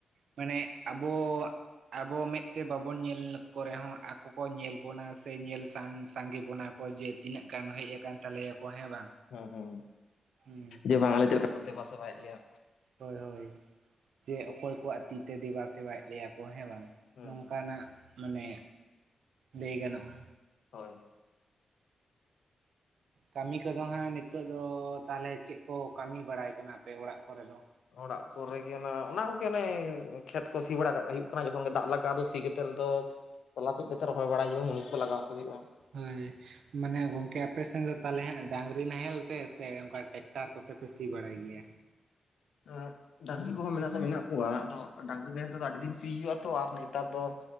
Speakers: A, on the right; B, on the left.
A: ᱢᱟᱱᱮ ᱟᱵᱚ ᱟᱵᱚ ᱢᱮᱫᱛᱮ ᱵᱟᱵᱚᱱ ᱧᱮᱞ ᱠᱚ ᱨᱮᱦᱚᱸ, ᱟᱠᱚ ᱠᱚ ᱧᱮᱞ ᱵᱚᱱᱟ ᱥᱮ ᱧᱮᱞ ᱥᱟ ᱥᱟᱸᱜᱮ ᱵᱚᱱᱟ᱾ ᱠᱚ ᱡᱮ ᱛᱤᱱᱟᱹᱜ ᱜᱟᱱ ᱦᱮᱡ ᱠᱟᱱ ᱛᱟᱞᱮᱭᱟᱠᱚ ᱦᱮᱸ ᱵᱟᱝ?
B: ᱦᱩᱸ, ᱦᱩᱸ, ᱦᱩᱸ,
A: ᱦᱩᱸ
B: ᱡᱮ ᱵᱟᱝ ᱟᱞᱮ ᱪᱮᱫ ᱞᱮᱠᱟ ᱠᱚ ᱫᱮᱱᱟ ᱥᱮᱵᱟᱣᱮᱫ ᱞᱮᱭᱟ᱾
A: ᱦᱳᱭ, ᱦᱳᱭ, ᱡᱮ ᱚᱠᱚᱭ ᱠᱚᱣᱟᱜ ᱛᱤᱛᱮ, ᱫᱮᱵᱟ ᱥᱮᱵᱟᱭᱮᱫ ᱞᱮᱭᱟᱠᱚ ᱦᱮᱸ ᱵᱟᱝ?
B: ᱦᱮᱸ
A: ᱱᱚᱝᱠᱟᱱᱟᱜ
B: ᱦᱮᱸ
A: ᱢᱟᱱᱮ ᱞᱟᱹᱭ ᱜᱟᱱᱚᱜᱼᱟ᱾
B: ᱦᱳᱭ,
A: ᱠᱟᱢᱤ ᱠᱚᱫᱚ ᱦᱟᱸᱜ ᱱᱤᱛᱚᱜ ᱫᱚ, ᱛᱟᱦᱚᱞᱮ ᱪᱮᱫ ᱠᱚ ᱠᱟᱢᱤ ᱵᱟᱲᱟᱭ ᱠᱟᱱᱟ ᱯᱮ, ᱚᱲᱟᱜ ᱠᱚᱨᱮ ᱫᱚ?
B: ᱚᱲᱟᱜ ᱠᱚᱨᱮᱜᱮ ᱱᱟ ᱚᱱᱟ ᱠᱚᱜᱮ ᱚᱱᱮ, ᱠᱷᱮᱛ ᱠᱚ ᱥᱤ ᱵᱟᱲᱟ ᱠᱟᱜ ᱦᱩᱭᱩᱜ ᱠᱟᱱᱟ᱾ ᱫᱟᱜ ᱞᱟᱜᱼᱟ ᱫᱚ ᱥᱤ ᱠᱟᱛᱮᱫ ᱫᱚ, ᱛᱚᱞᱟ ᱛᱩᱫ ᱠᱟᱛᱮᱫ ᱨᱚᱦᱚᱭ ᱵᱟᱲᱟᱭ ᱦᱩᱭᱩᱜᱼᱟ, ᱢᱩᱱᱤᱥ ᱠᱚ ᱞᱟᱜᱟᱣ ᱠᱚ ᱦᱩᱭᱩᱜᱼᱟ᱾
A: ᱦᱳᱭ ᱢᱟᱱᱮ ᱜᱚᱝᱠᱮ ᱟᱯᱮ ᱥᱮᱱ ᱫᱚ, ᱛᱟᱦᱚᱞᱮ ᱦᱟᱜ ᱰᱟᱝᱨᱤ ᱱᱟᱦᱮᱞ ᱛᱮ ᱥᱮ ᱚᱱᱠᱟ ᱴᱮᱠ ᱴᱟᱨ ᱠᱚᱛᱮ ᱯᱮ ᱥᱤ ᱵᱟᱲᱟᱭ ᱜᱮᱭᱟ?
B: ᱟᱨ ᱰᱟᱝᱨᱤ ᱠᱚᱦᱚᱸ ᱢᱮᱱᱟᱜ ᱫᱚ ᱢᱮᱱᱟᱜ ᱠᱚᱣᱟ, ᱟᱫᱚ ᱰᱟᱝᱨᱤ ᱱᱟᱦᱮᱞ ᱛᱮᱫᱚ ᱟᱹᱰᱤ ᱫᱤᱱ ᱥᱤᱳ ᱦᱚᱣᱚ ᱛᱚ᱾ ᱟᱨ ᱱᱮᱛᱟᱨ ᱫᱚ